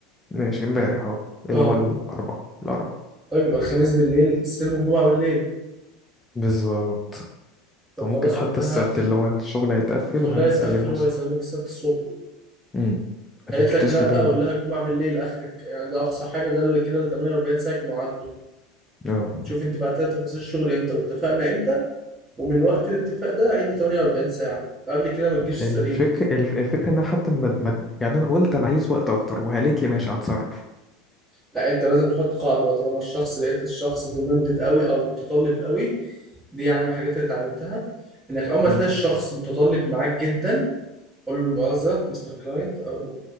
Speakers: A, on the left; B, on the right.
A: ماشي امبارح اهو اللي
B: أه
A: هو الاربع الاربع
B: طيب يبقى الخميس بالليل تستلم الجمعة بالليل
A: بالظبط
B: طب
A: او ممكن
B: خلاص
A: حتى
B: قول لها
A: السبت اللي هو الشغل هيتقفل
B: قول
A: وهنسلمه
B: لها يتقفل وهيسلموك
A: اسطى
B: السبت الصبح
A: امم لكن
B: قالت
A: تتصل
B: لك لا
A: بيا
B: قول لها الجمعه بالليل اخرك يعني ده اقصى حاجه ده اللي كده 48 ساعه يكونوا عدوا
A: اه
B: شوف انت بعت لها تفاصيل الشغل امتى واتفقنا امتى ومن وقت الاتفاق ده عد 48 ساعه قبل كده ما تجيش
A: الفكر
B: تساليني
A: الف- الفكره ان انا حتى ما ما- يعني انا قلت انا عايز وقت اكتر وقالت لي ماشي هتصرف
B: لا انت لازم تحط قاعده بقى طالما الشخص لقيت الشخص ديماندد قوي او متطلب قوي دي يعني من الحاجات اللي اتعلمتها انك اول ما
A: امم
B: تلاقي الشخص متطلب معاك جدا قول له مؤاخذه مستر كلاينت او